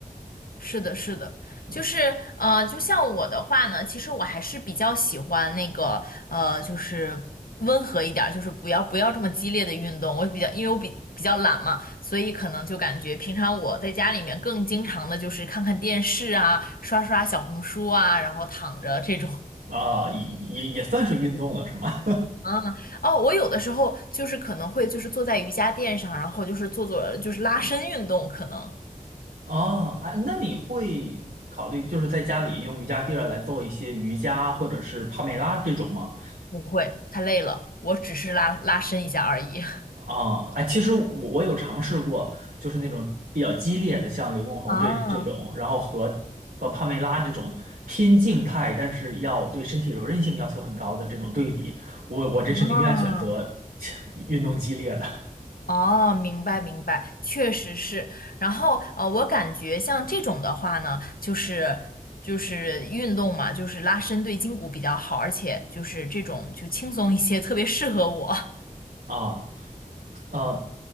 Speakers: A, on the left; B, on the right.
A: 是的，是的，
B: 嗯
A: 就是呃，就像我的话呢，其实我还是比较喜欢那个呃，就是温和一点儿，就是不要不要这么激烈的运动。我比较，因为我比比较懒嘛，所以可能就感觉平常我在家里面更经常的就是看看电视啊，刷刷小红书啊，然后躺着这种。
B: 啊，也也也算是运动了，是吗？
A: 嗯，哦，我有的时候就是可能会就是坐在瑜伽垫上，然后就是做做就是拉伸运动，可能
B: <laughs> 哦，哎，那你会考虑就是在家里用瑜伽垫儿来做一些瑜伽或者是帕梅拉这种吗？
A: 不会太累了，我只是拉拉伸一下而已。<laughs>
B: 啊，哎，其实我我有尝试过，就是那种比较激烈的，像刘畊宏这这种，
A: 啊
B: 然后和和帕梅拉这种偏静态，但是要对身体柔韧性要求很高的这种对比，我我真是宁愿选择
A: 啊
B: <laughs> 运动激烈的
A: 哦，明白明白，确实是。然后呃，我感觉像这种的话呢，就是就是运动嘛，就是拉伸对筋骨比较好，而且就是这种就轻松一些，特别适合我。<laughs>
B: 啊。呃，